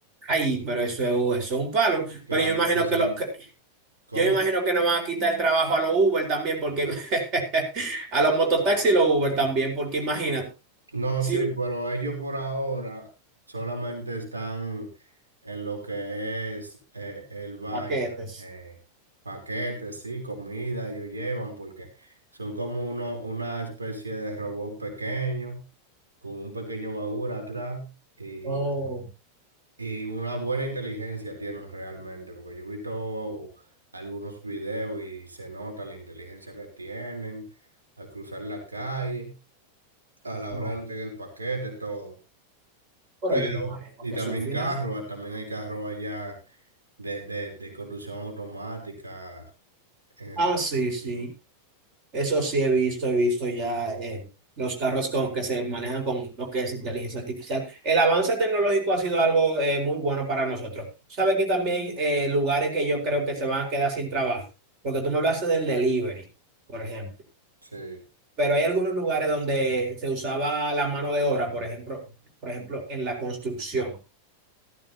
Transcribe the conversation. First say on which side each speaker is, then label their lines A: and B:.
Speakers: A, on the right (about 40°); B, on the right (about 75°).
A: ay, pero eso es, eso es un palo.
B: Claro
A: Pero yo imagino
B: que sí.
A: que, lo, que-
B: ¿Cómo?
A: yo imagino que nos van a quitar el trabajo a los Uber también, porque <laughs> a los mototaxis y los Uber también, porque imagínate,
B: No,
A: si
B: sí,
A: un-
B: pero ellos por ahora solamente están en lo que es eh, el vaina,
A: paquetes.
B: eh, paquetes, sí, comida, ellos llevan porque son como uno, una especie de robot pequeño con un pequeño baúl atrás y,
A: Oh,
B: y una buena inteligencia tienen realmente, porque yo he visto algunos videos y se nota la inteligencia que tienen al cruzar la calle, a la
A: no.
B: hora de entregar el paquete, todo.
A: Pero
B: Pero,
A: yo me imagino
B: y
A: que
B: también
A: eso al final.
B: carros, ah, también hay carros allá de, de, de conducción automática en Estados
A: Ah, sí, sí.
B: Unidos.
A: Eso sí he visto, he visto ya eh, los carros con, que se manejan con lo que es inteligencia artificial. El avance tecnológico ha sido algo eh, muy bueno para nosotros. Sabe que también eh, lugares que yo creo que se van a quedar sin trabajo, porque tú me hablaste del delivery, por ejemplo,
B: Sí,
A: pero hay algunos lugares donde se usaba la mano de obra, por ejemplo, por ejemplo, en la construcción.